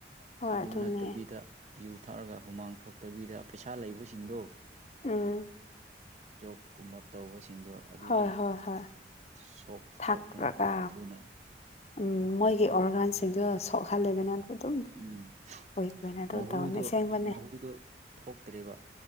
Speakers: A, on the left; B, on the right.
A: ꯍꯣꯏ
B: ꯑꯗꯨ
A: ꯑꯗꯨꯅꯦ
B: ꯅꯠꯇꯕꯤꯗ ꯌꯨ ꯊꯛꯑꯔꯒ ꯍꯨꯃꯥꯡ ꯊꯣꯛꯇꯕꯤꯗ ꯄꯩꯁꯥ ꯂꯩꯕꯁꯤꯡꯗꯣ
A: ꯎꯝ
B: ꯖꯣꯕ ꯀꯨꯝꯕ ꯇꯧꯕꯁꯤꯡꯗꯣ ꯑꯗꯨꯗꯤ
A: ꯍꯣꯏ ꯍꯣꯏ ꯍꯣꯏ
B: ꯁꯣꯛ
A: ꯊꯛꯔꯒꯥ
B: ꯁꯣꯛꯄꯅꯤ ꯊꯨꯅ
A: ꯎꯝ ꯃꯣꯏꯒꯤ ꯑꯣꯔꯒꯥꯟꯁꯤꯡꯗꯣ ꯁꯣꯛꯍꯜꯂꯦꯗꯅ ꯑꯗꯨꯝ
B: ꯎꯝ <unintelligible>
A: ꯀꯣꯏ ꯀꯣꯏꯅ ꯑꯗꯨꯝ
B: ꯃꯍꯨꯗꯨꯣ
A: ꯇꯧꯅꯦ ꯑꯁꯦꯡꯕꯅꯦ
B: ꯃꯍꯨꯗꯨꯣ ꯊꯣꯛꯇ꯭ꯔꯦꯕ